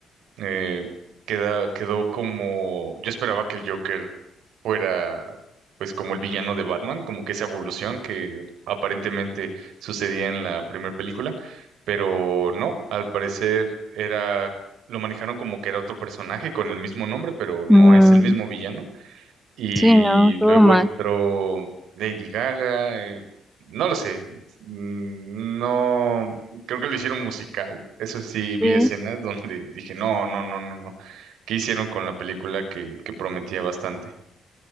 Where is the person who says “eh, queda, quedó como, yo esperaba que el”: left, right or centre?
Right